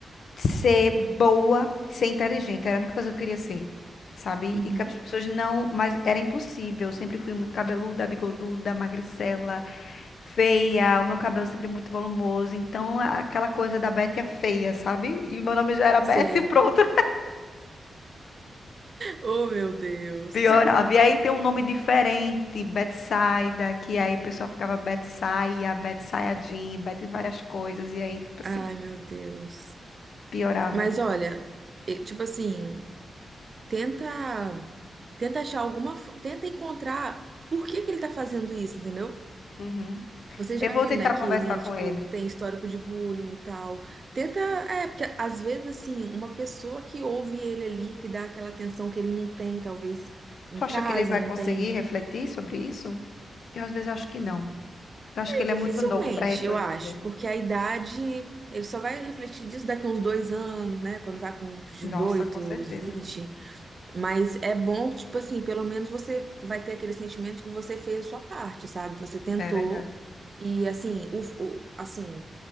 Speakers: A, on the left; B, on the right.
A: ser boa, ser inteligente. Era a única coisa que eu queria ser, sabe?
B: uhum,
A: E que as pessoas não, mas era impossível. Eu sempre fui muito cabeluda, bigoduda, magricela, feia. O meu cabelo sempre muito volumoso. Então, aquela coisa da Betty a feia, sabe? E meu nome já era Betty,
B: sei.
A: pronto.
B: Oh, meu Deus.
A: Piorava. E aí tem um nome diferente, Betsaida, que aí o pessoal ficava Betsaia, Betsaia Jean, Bet várias coisas. E aí, tipo assim,
B: Ai, meu Deus.
A: piorava.
B: Mas olha, e- tipo assim, tenta. Tenta achar alguma. fo- Tenta encontrar por que que ele tá fazendo isso, entendeu?
A: Uhum.
B: Você já
A: Eu vou
B: viu,
A: tentar
B: né, que
A: conversar
B: ele,
A: com
B: tipo,
A: ele.
B: tem histórico de bullying e tal. Tenta, é, porque às vezes, assim, uma pessoa que ouve ele ali, que dá aquela atenção que ele não tem, talvez em
A: Tu acha
B: casa,
A: que ele vai
B: não
A: conseguir
B: tem.
A: refletir sobre isso? Eu às vezes acho que não. Eu acho
B: É,
A: que ele
B: dificilmente,
A: é muito novo para refletir.
B: eu acho, porque a idade, ele só vai refletir disso daqui a uns dois anos, né, quando vai com uns dezoito
A: Nossa, com certeza.
B: uns vinte Mas é bom, tipo assim, pelo menos você vai ter aquele sentimento de que você fez a sua parte, sabe? Você tentou.
A: É verdade.
B: E assim, o, o- assim,